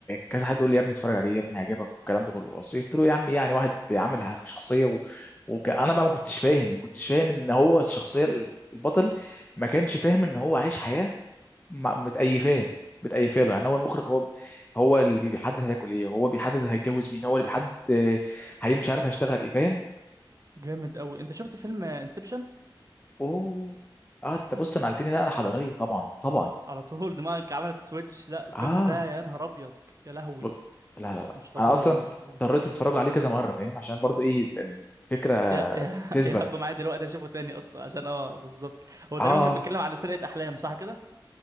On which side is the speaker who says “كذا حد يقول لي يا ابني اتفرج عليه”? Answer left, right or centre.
Left